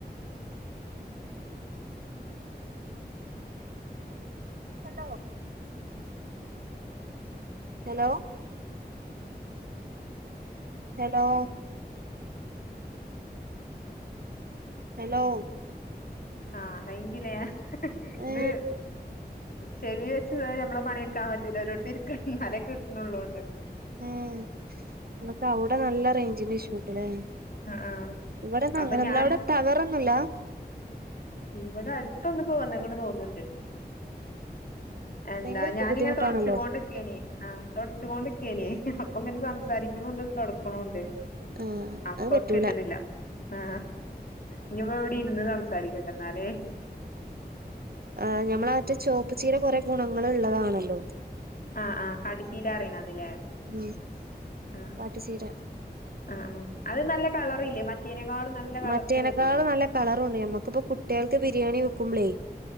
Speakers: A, on the right; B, on the left.
A: hello hello hello hello
B: ആ റൈഞ്ചില്ല
A: ഏ
B: ഇത് ചെവി വെച്ച നമ്മളെ പണിടു ക്കാൻ പറ്റൂലല്ലൊ ഒരോടത്ത് ഇരിക്കണം കിട്ടണള്ളൂണ്ട്
A: ഹേ നിങ്ങൾക്ക് അവിടെ നല്ല റേഞ്ചിന് ഇഷൂണ്ട്ല്ലേ
B: ആഹ് ആഹ്
A: ഇവിടെ ഒന്നും
B: അപ്പൊ
A: അങ്ങനെന്നുല്ല
B: ഞാന്
A: അവിടെ ടവറൊന്നും ഇല്ലാ
B: ഇവിടെ അടുത്ത് ഒന്ന്‌ ഇപ്പൊ വന്ന്‌ക്ക്‌ണ് തോന്നുന്നുണ്ട് എന്താ
A: ഭയങ്കര
B: ഞാനിങ്ങനെ
A: ബുദ്ധിമുട്ടാണല്ലോ
B: തൊടച്ചോകോണ്ടിക്ക ആ തൊടച്ചോണ്ട് ക്കേന്നു അപ്പൊ അങ്ങനെ സംസാരിക്കണണ്ട് തൊടക്കുണൂണ്ട്
A: ആഹ്
B: അപ്പൊകിട്ടിണില്ല
A: അത് പറ്റൂല
B: ആ ഇനിപ്പോ ഇവിടെ ഇരുന്ന് സംസാരിക്ക എന്നാലേ
A: ആ ഞമ്മള മറ്റ ചുവപ്പ് ചീര കുറെ ഗുണങ്ങൾ ഉള്ളതാണല്ലോ
B: ആ ആ കാട്ട്ചീരാറയിണതൊ ല്ലേ
A: ഉം
B: ആ
A: പാട്ടുചീര
B: ആ ആ അത് നല്ല കളറില്ലേ മറ്റേനേക്കാളും നല്ല കളറില്
A: മറ്റേനക്കാൾ
B: വരില്ലേ
A: നല്ല കളറുണ്ട് ഞമ്മക്കിപ്പം കുട്ടികൾക്ക് ബിരിയാണി വെക്കുമ്പളേ